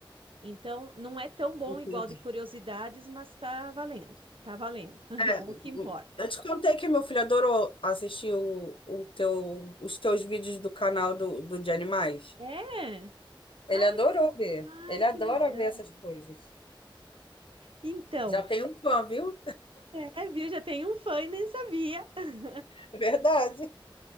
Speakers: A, on the right (about 75°); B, on the left (about 70°).
A: Então, não é tão bom
B: Entendi.
A: igual de curiosidades, mas tá valendo. Tá valendo. <laughs>
B: É,
A: É o que importa.
B: eu te contei que meu filho adorou assistir o, o teu, os teus vídeos do canal do, do de animais.
A: É?
B: Ele
A: Ai,
B: adorou ver. Ele
A: ai, que
B: adora
A: legal.
B: ver essas coisas.
A: Então,
B: Já tem um fã, viu?
A: é, viu? Já tem um fã e nem sabia. <laughs>
B: <laughs> Verdade.